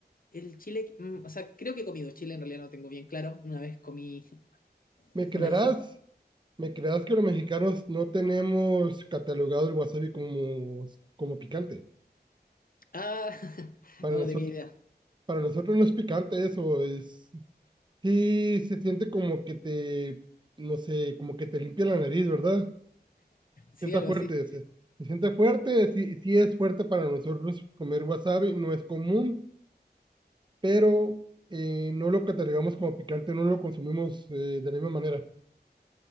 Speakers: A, on the left (about 55°); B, on the right (about 25°).
A: el chile. mm, o sea, creo que he comido chile, en realidad no tengo bien claro. Una vez comí
B: ¿Me creerás?
A: una ají.
B: ¿Me creerás que los mexicanos no tenemos catalogado el wasabi como, como picante?
A: Ah, <laughs>
B: Para
A: no,
B: nosotros,
A: no tenía idea.
B: para nosotros no es picante eso, es sí se siente como que te, no sé, como que te limpia la nariz, ¿verdad?
A: Sí,
B: Sienta
A: algo
B: fuerte,
A: así.
B: se, se siente fuerte, sí, sí es fuerte para nosotros comer wasabi, no es común, pero eh, no lo catalogamos como picante, no lo consumimos eh, de la misma manera.